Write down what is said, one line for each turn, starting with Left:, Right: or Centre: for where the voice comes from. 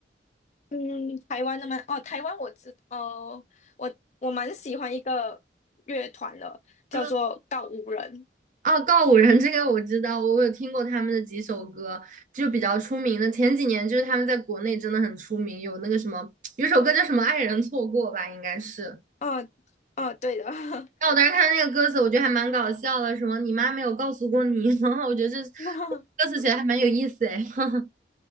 Left: 嗯，台湾的吗？哦，台湾我知，哦、我我蛮喜欢一个乐团的，叫做告五人。
Right: 啊啊，告五人这个我知道，我我有听过他们的几首歌，就比较出名的。前几年就是他们在国内真的很出名，有那个什么，有一首歌叫什么“爱人错过”吧，应该是。
Left: 哦哦，对的。
Right: 但我当时看那个歌词，我觉得还蛮搞笑的，什么“你妈没有告诉过你”，<laughs> 然后我觉得这
Left: <laughs>
Right: 歌词写的还蛮有意思哎。<laughs>